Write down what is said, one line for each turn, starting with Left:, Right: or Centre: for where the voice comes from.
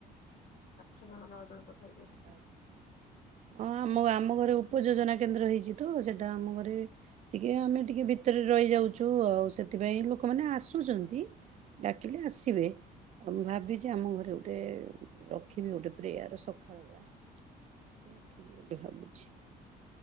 Left: ଆଠ ଜଣ ନଅ ଜଣ ପାଖା ପାଖି ଆସିଥିଲେ।
Right: ଆଚ୍ଛା ହଁ ଆମ ଆମ ଘରେ ଉପଯୋଜନା କେନ୍ଦ୍ର ହେଇଛି ତ ସେଟା ଆମ ଘରେ ଟିକେ ଆମେ ଟିକେ ଭିତରେ ରହିଯାଉଛୁ ଆଉ ସେଥିପାଇଁ ଲୋକମାନେ ଆସୁଛନ୍ତି। ଡାକିଲେ ଆସିବେ। ଆଉ ମୁଁ ଭାବିଛି ଆମ ଘରେ ଗୋଟେ ରଖିବି ଗୋଟେ ପ୍ରେୟାର ଶକ୍ ଖାଳୁଆ ମୁଁ ରଖିବି ବୋଲି ଭାବୁଛି।